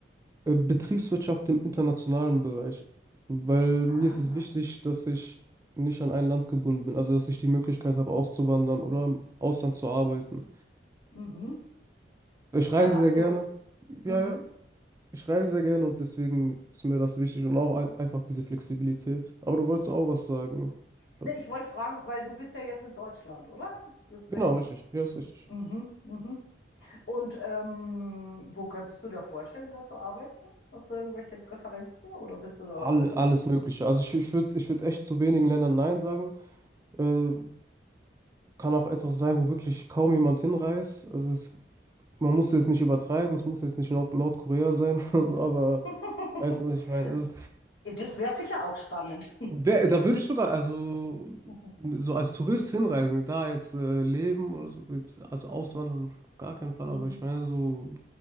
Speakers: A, on the right; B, on the left.
A: Äh, Betriebswirtschaft im internationalen Bereich, weil
B: Ah,
A: mir ist es wichtig, dass ich nicht an ein Land gebunden bin, also dass ich die Möglichkeit habe, auszuwandern oder im Ausland zu arbeiten.
B: mhm.
A: Ich reise
B: Weil aktu.
A: sehr gerne.
B: Mhm.
A: Ja, ja, ich reise sehr gerne und deswegen ist mir das wichtig und auch ein- einfach diese Flexibilität. Aber du wolltest auch was sagen. Das-
B: Nee, ich wollte fragen, weil du bist ja jetzt in Deutschland, oder? Ist das
A: Genau,
B: richtig?
A: richtig. Ja, ist richtig.
B: Mhm, mhm. Und ähm, wo könntest du dir vorstellen, da zu arbeiten? Hast du irgendwelche Präferenzen oder bist du da
A: All,
B: offen?
A: alles Mögliche. Also ich, ich würde ich würd echt zu wenigen Ländern Nein sagen. Äh, kann auch etwas sein, wo wirklich kaum jemand hinreist. Also es man muss jetzt nicht übertreiben, es muss jetzt nicht Nord Nordkorea sein, <laughs> also, aber
B: <laughs>
A: weißt du, was ich meine? Also,
B: Das wäre sicher auch spannend.
A: wär, da würde ich sogar, also
B: <laughs>
A: so als Tourist hinreisen, da jetzt äh, leben oder so, jetzt als Auswandern, auf gar keinen Fall,
B: Mhm.
A: aber ich meine, so